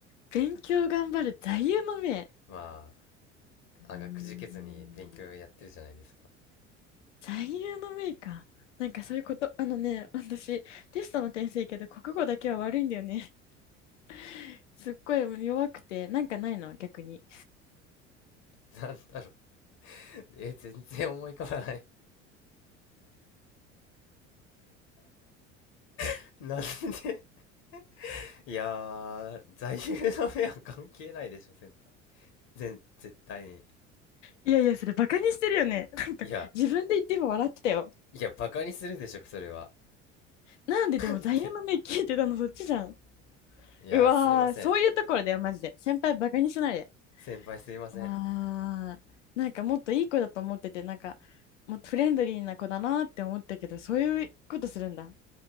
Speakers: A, on the left (about 70°); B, on the left (about 45°).
A: 勉強頑張る座右の銘。
B: まあ、
A: うーん。
B: あがくじけずに勉強やってるじゃないですか。
A: 座右の銘か。なんかそういうこと、あのね、私、テストの点数いいけど、国語だけは悪いんだよね。<laughs> すっごい弱くて、なんかないの、逆に。
B: <laughs> なんだろう。え、全然思い浮かばない。<laughs> なんで <laughs> いやー、座右の銘は関係ないでしょ、先輩。全、絶対に。
A: いやいや、それバカにしてるよね。
B: いや、
A: 自分で言って今笑ってたよ。
B: いや、バカにするでしょ、それは。
A: なんででも座右の銘聞いてたの、
B: で、
A: そっちじゃん。
B: いや、
A: うわー、
B: すいません。
A: そういうところだよ、マジで。先輩バカにしないで。
B: 先輩すいません。
A: ああ、なんかもっといい子だと思ってて、なんかもっとフレンドリーな子だなって思ったけど、そういうことするんだ。